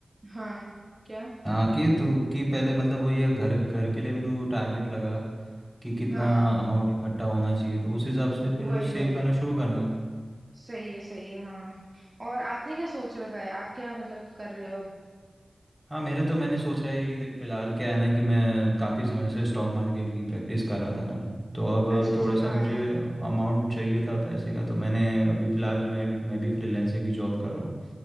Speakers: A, on the right; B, in the centre.
A: हाँ क्या
B: हाँ कि तू कि पहले मतलब वही है घर घर के लिए भी तू टारगेट लगा कि कितना
A: हाँ
B: अमाउंट इकट्ठा होना चाहिए तो उस हिसाब से फिर
A: वही वही
B: सेव करना शुरू करना
A: सही है सही है हाँ और आपने क्या सोच रखा है आप क्या मतलब कर रहे हो
B: हाँ मेरे तो मैंने सोच रहा है कि देख फिलहाल क्या है ना कि मैं काफ़ी समय से स्टॉक मार्केट की प्रैक्टिस कर रहा था ना तो अब
A: अच्छा अच्छा
B: थोड़ा सा
A: हाँ
B: मुझे अमाउंट चाहिए था पैसे का तो मैंने अभी फ़िलहाल मैं मैं भी फ्रीलैंसिंग की जॉब कर रहा हूँ